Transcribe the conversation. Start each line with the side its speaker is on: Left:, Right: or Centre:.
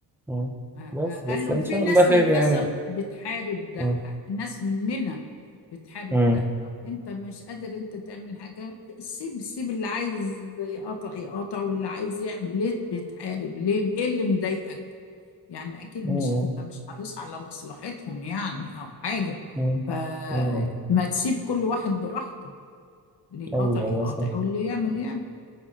Centre: مم.
Left: آه،
Centre: بس
Left: قال
Centre: بس
Left: له
Centre: إن
Left: في
Centre: شاء
Left: ناس
Centre: الله خير
Left: للأسف
Centre: يعني
Left: بتحارب ده
Centre: مم.
Left: ناس مننا بتحارب
Centre: امم
Left: ده طب انت مش قادر انت تعمل حاجة سيب سيب اللي عايز يقاطع يقاطع واللي عايز يعمل ليه بتحارب ليه ايه اللي مضايقك يعني اكيد
Centre: مم.
Left: مش انت مش حريص على مصلحتهم يعني او حاجة
Centre: مم.
Left: فما
Centre: مم.
Left: تسيب كل واحد براحته اللي يقاطع
Centre: أيوه
Left: يقاطع
Centre: أيوه صح
Left: واللي يعمل يعمل